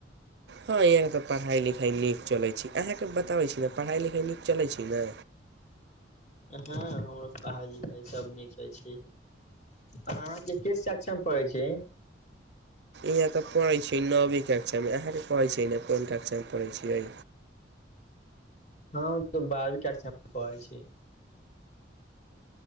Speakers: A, on the right; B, on the left.
A: हाँ इहां के ते पढ़ाई-लिखाई नीक चलै छै, अहाँ के बताबै छी ने पढ़ाई-लिखाई नीक चलै छी ना।
B: हाँ हमर पढ़ाई-लिखाई सब नीक चलै छी, अहाँ के कक्षा मे पढ़ै छी
A: इहाँ ते पढ़ै छी नौवी कक्षा मे, अहाँ पढ़े छीये ना कुन कक्षा मे पढ़ै छियै।
B: हम ते बारवीं कक्षा मे पढ़ै छी।